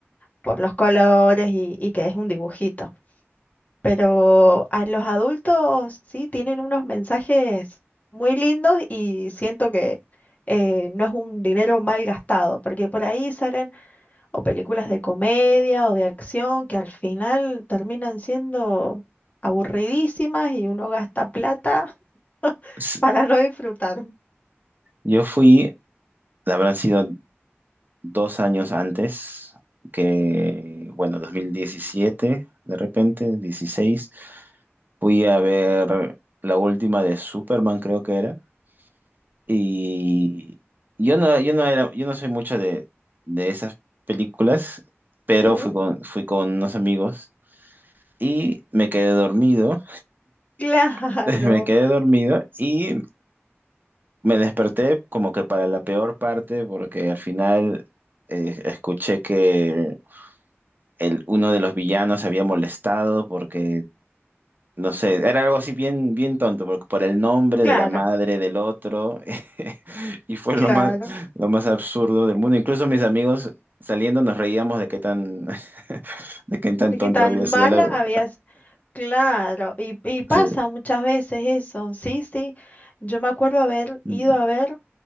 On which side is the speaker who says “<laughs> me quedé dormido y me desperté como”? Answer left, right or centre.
Right